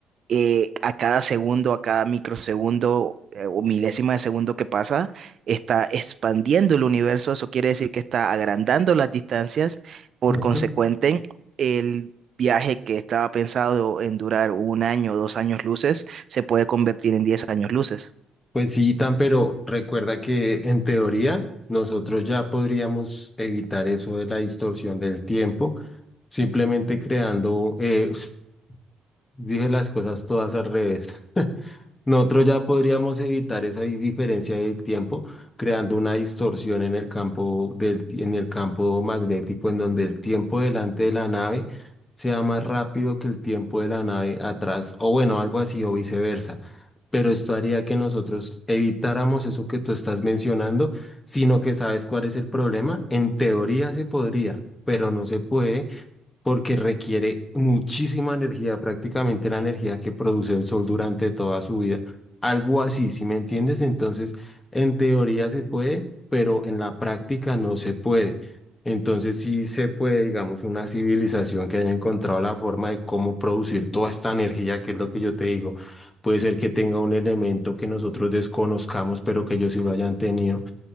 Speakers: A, on the right (about 55°); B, on the left (about 25°).
A: eh, a cada segundo, a cada microsegundo eh, o milésima de segundo que pasa, está expandiendo el universo. Eso quiere decir que está agrandando las distancias. Por
B: ujú.
A: consecuente, el viaje que estaba pensado en durar un año o dos años luces se puede convertir en diez años luces.
B: Pues sí, tan, pero recuerda que en teoría nosotros ya podríamos evitar eso de la distorsión del tiempo, simplemente creando, eh, <sniffs> dije las cosas todas al revés. <laughs> Nosotros ya podríamos evitar esa di- diferencia del tiempo creando una distorsión en el campo del, ti- en el campo magnético en donde el tiempo delante de la nave sea más rápido que el tiempo de la nave atrás, o bueno, algo así o viceversa. Pero esto haría que nosotros evitáramos eso que tú estás mencionando, sino que sabes cuál es el problema. En teoría se podría, pero no se puede porque requiere muchísima energía, prácticamente la energía que produce el sol durante toda su vida. Algo así, si me entiendes, entonces en teoría se puede, pero en la práctica no se puede. Entonces sí se puede, digamos, una civilización que haya encontrado la forma de cómo producir toda esta energía, que es lo que yo te digo. Puede ser que tenga un elemento que nosotros desconozcamos, pero que ellos sí lo hayan tenido